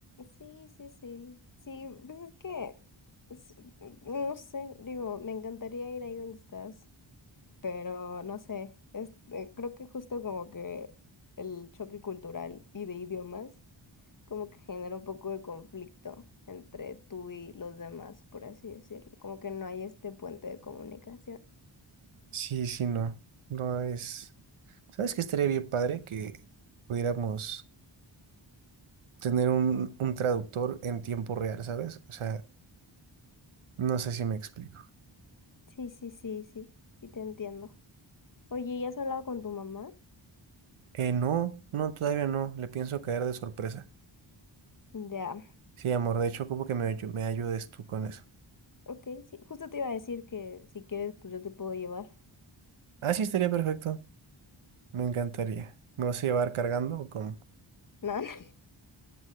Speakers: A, on the left; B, on the right.
A: Sí, sí, sí. Sí, pues es que, es- no sé, digo, me encantaría ir ahí donde estás, pero no sé, este, creo que justo como que el choque cultural y de idiomas como que genera un poco de conflicto entre tú y los demás, por así decirlo, como que no hay este puente de comunicación.
B: Sí, sí, no. No es... ¿Sabes qué estaría bien padre que pudiéramos tener un, un traductor en tiempo real, ¿sabes? O sea, no sé si me explico.
A: Sí, sí, sí, sí, sí te entiendo. Oye, ¿ya has hablado con tu mamá?
B: Eh, no, no, todavía no, le pienso caer de sorpresa.
A: Ya,
B: Sí, amor, de hecho, como que me, ayu- me ayudes tú con eso.
A: ok, sí, justo te iba a decir que si quieres, pues yo te puedo llevar.
B: Ah, sí, estaría perfecto, me encantaría. ¿Me vas a llevar cargando o cómo?
A: No, <laughs>